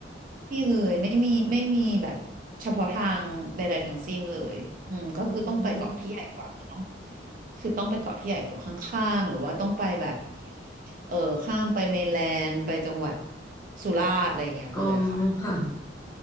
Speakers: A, on the right; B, on the left.
A: นี่เลยไม่มีไม่มีแบบเฉพาะทางใดๆทั้งสิ้นเลยอืมก็คือต้องไปเกาะที่ใหญ่กว่าคือต้อง
B: อืม
A: คือต้องไปเกาะที่ใหญ่กว่าข้างๆหรือว่าต้องไปแบบเออข้ามไปเมนแลนด์ไปจังหวัดสุราษฎร์อะไรอย่างเงี้ยเลยอะค่ะ
B: อ๋อค่ะ